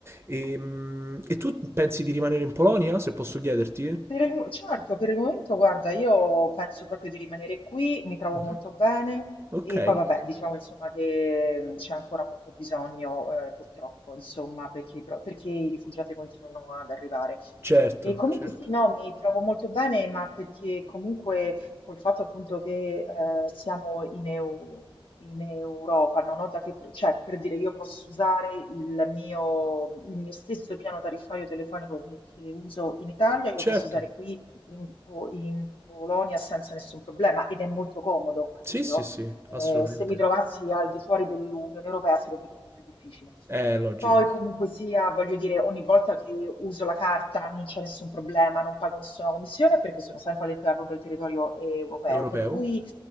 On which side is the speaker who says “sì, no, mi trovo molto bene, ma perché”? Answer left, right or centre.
Left